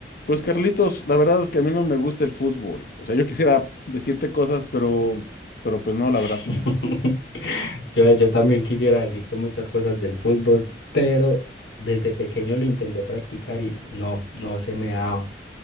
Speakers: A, on the left; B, on the left.
A: Pues Carlitos, la verdad es que a mí no me gusta el fútbol. O sea, yo quisiera decirte cosas, pero, pero pues no, la verdad
B: <laughs>
A: que no.
B: Yo, yo también quisiera decirte muchas cosas del fútbol, pero desde pequeño lo intenté practicar y no, no se me daba.